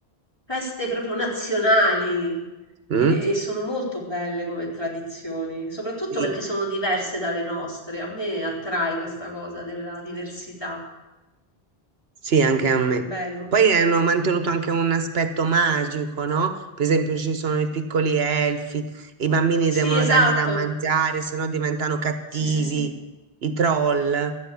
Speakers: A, on the left (about 25°); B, on the right (about 75°).
A: feste proprio nazionali.
B: mm,
A: E, e sono molto belle come tradizioni, soprattutto
B: sì,
A: perché sono diverse dalle nostre. A me attrae questa cosa della diversità.
B: sì,
A: È,
B: anche a me.
A: è bello.
B: Poi hanno mantenuto anche un aspetto magico, no? Per esempio ci sono i piccoli elfi, i bambini
A: Sì,
B: devono
A: esatto.
B: dargli da mangiare, se no diventano cattivi,
A: Sì, sì, sì.
B: i troll.